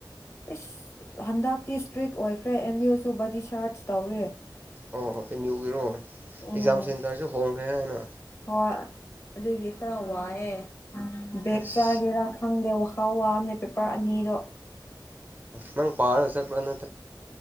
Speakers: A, on the left (about 35°); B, on the right (about 25°).
A: ꯏꯁ ꯍꯟꯗꯛꯇꯤ ꯏꯁꯇ꯭ꯔꯤꯛ ꯑꯣꯏꯈ꯭ꯔꯦ ꯑꯦꯝ ꯌꯨ ꯁꯨꯕꯗꯤ ꯁꯔꯠꯁ ꯇꯧꯋꯦ
B: ꯑꯣ ꯑꯦꯝ ꯌꯨꯒꯤꯔꯣꯑꯣ ꯑꯦꯛꯖꯥꯝ
A: ꯎꯝ
B: ꯁꯦꯟꯇꯔꯁꯨ ꯍꯣꯡꯉ ꯍ ꯍꯥꯏꯅ
A: ꯍꯣꯏ ꯑꯗꯨꯒꯤ ꯈꯔ ꯋꯥꯑꯦ ꯕꯒ
B: ꯑꯁ
A: ꯆꯒꯦꯔ ꯈꯪꯗꯦ ꯋꯥ ꯈꯥꯎ ꯋꯥꯝꯅꯦ ꯄꯦꯄꯔ ꯑꯅꯤꯗꯣ
B: ꯅꯪ ꯄꯍꯥꯔꯁꯦ ꯄꯥꯅ